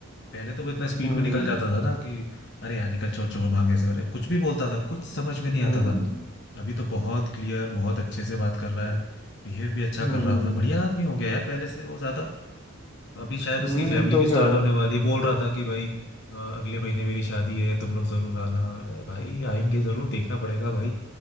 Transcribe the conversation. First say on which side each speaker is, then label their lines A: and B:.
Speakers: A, on the left; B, on the left.
A: पहले तो वो इतना स्पीड
B: हम्म
A: में निकल जाता था ना कि अरे यार निकल छोड़ छोड़ भाग ऐसे मेरा कुछ भी बोलता था कुछ समझ में नहीं
B: हम्म
A: आता था अभी तो बहुत क्लियर बहुत अच्छे से बात कर रहा है बिहेव भी अच्छा
B: हम्म
A: कर रहा था बढ़िया आदमी हो गया यार पहले से वो ज्यादा अभी शायद
B: हम्म
A: उसकी फैमिली
B: तो
A: भी
B: क्या
A: स्टार्ट होने वाली है बोल रहा था कि भाई अ, अगले महीने मेरी शादी है तुम लोग जरूर आना अरे भाई आएंगे जरूर देखना पड़ेगा भाई